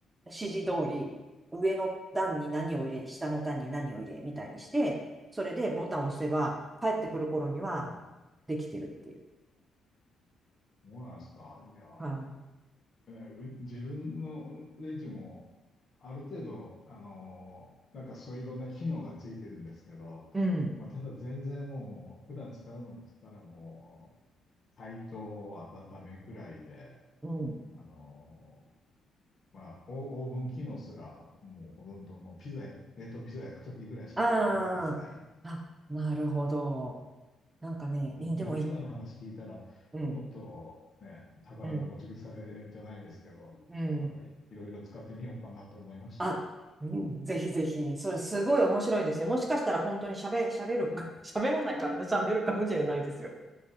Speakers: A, on the right; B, on the left.
A: 指示通り、上の段に何を入れ、下の段に何を入れみたいにして、それでボタンを押せば、帰ってくる頃には
B: あ
A: できてるっていう。
B: そうなんですか。いや、
A: は
B: えう自分のレジも、ある程度、あのなんかそういういろんな機能がついてるんですけど、
A: い、うん、
B: まあ、ただ全然もう、普段使うのって言ったらもう、解凍、温めぐらいで、
A: うん。
B: あのまあ、オオーブン機能すら、もうほとんどもうピザや、冷凍ピザ焼くときぐらいしか使ってないですね。
A: ああ、あ、なるほど。なんかね、
B: うんなんか今の話聞いたら、
A: いでもい、うん、
B: もっとね、宝の持ち腐れじゃないですけど、
A: うん、うん。
B: なんかいいろいろ使ってみようかなと思いました。
A: あ、うんぜひぜひ、それすごい面白いですよ。もしかしたら本当に喋、喋る、<laughs> 喋らないかな、喋るかもしれないですよ。